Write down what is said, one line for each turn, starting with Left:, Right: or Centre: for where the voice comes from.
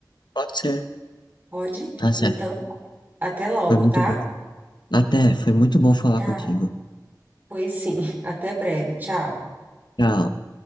Left: pode ser.
Right: Pode?
Left: Tá certo,
Right: Então, até logo,
Left: foi muito
Right: tá?
Left: bom. Até, foi muito bom falar
Right: Tchau.
Left: contigo.
Right: Pois sim, <laughs> até breve. Tchau.
Left: Tchau.